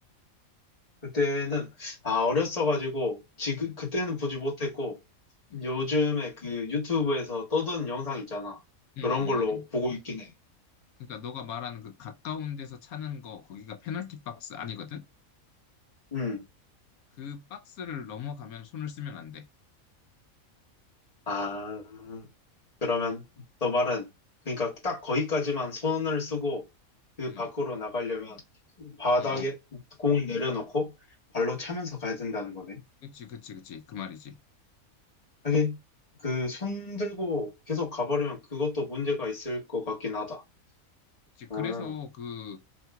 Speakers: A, on the left (about 25°); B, on the left (about 85°).
A: 그때는, 아, 어렸어가지고, 지금,
B: 응,
A: 그때는 보지 못했고,
B: 응,
A: 요즘에 그 유튜브에서 떠도는 영상 있잖아.
B: 응,
A: 그런
B: 응.
A: 걸로
B: 응.
A: 보고 있긴 해.
B: 그러니까 너가 말하는 그 가까운 데서 차는 거 거기가 페널티 박스 아니거든?
A: 음.
B: 그 박스를 넘어가면 손을 쓰면 안 돼.
A: 아, 그러면 너 말은, 그러니까 딱 거기까지만 손을 쓰고 그
B: 응.
A: 밖으로 나가려면 바닥에
B: 어, 어.
A: 공을 내려놓고 발로 차면서 가야 된다는 거네.
B: 그치, 그치, 그치. 그 말이지.
A: 하긴, 그 손 들고 계속 가버리면 그것도 문제가 있을 것 같긴 하다.
B: 그치.
A: 아,
B: 그래서 그